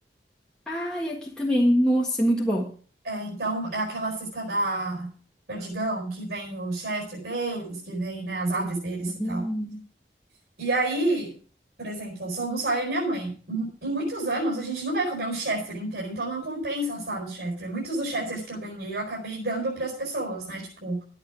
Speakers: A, in the centre; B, on the right (about 60°).
A: Ai, aqui também. Nossa, é muito bom.
B: É, então, é aquela cesta da Perdigão, que vem o Chester deles, que vem, né, as aves deles e
A: Hum.
B: tal. E aí, por exemplo, somos só eu e minha mãe. Em em muitos anos, a gente não vai comer um Chester inteiro, então não compensa assar o Chester. Muitos dos Chesters que eu ganhei, eu acabei dando para as pessoas, né? Tipo,